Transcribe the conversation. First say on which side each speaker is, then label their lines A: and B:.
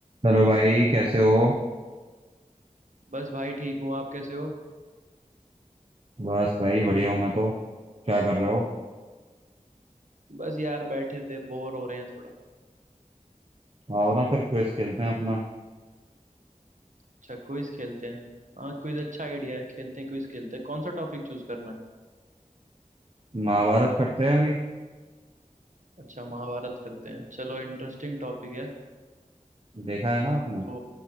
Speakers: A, on the right; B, on the right.
A: Hello भाई कैसे हो
B: बस भाई ठीक हूँ आप कैसे हो
A: बस भाई बढ़िया हूँ मैं तो क्या कर रहे हो
B: बस यार बैठे थे बोर हो रहे हैं थोड़ा
A: आओ ना फिर क्विज खेलते हैं अपना
B: अच्छा क्विज खेलते हैं हाँ क्विज अच्छा आइडिया है खेलते हैं क्विज खेलते हैं कौन सा टॉपिक चूज करना है
A: महाभारत करते हैं अभी
B: अच्छा महाभारत करते हैं चलो इंटरेस्टिंग टॉपिक है
A: देखा है ना आपने
B: तो